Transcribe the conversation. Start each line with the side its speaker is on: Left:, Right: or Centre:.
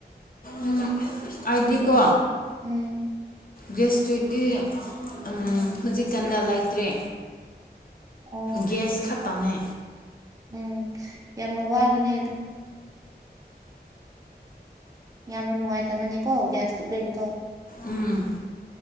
Left: ꯎꯝ ꯑꯗꯤ ꯀꯣ
Right: ꯎꯝ
Left: ꯒꯦꯁꯇ꯭ꯔꯤꯗꯤ ꯎꯝ ꯍꯧꯖꯤꯛꯀꯥꯟꯗ ꯂꯩꯇ꯭ꯔꯦ
Right: ꯑꯣ
Left: ꯒꯦꯁ ꯈꯇꯥꯅꯦ
Right: ꯎꯝ ꯌꯥꯝꯅ ꯋꯥꯕꯅꯦ ꯑꯗꯨ ꯌꯥꯝꯅ ꯅꯨꯡꯉꯥꯏꯇꯕꯅꯦꯀꯣ ꯒ꯭ꯌꯥꯁꯇꯤꯛ ꯂꯩꯕꯗꯣ
Left: ꯎꯝ